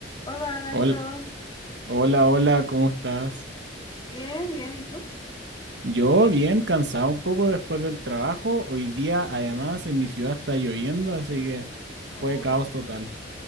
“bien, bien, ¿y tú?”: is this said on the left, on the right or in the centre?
Left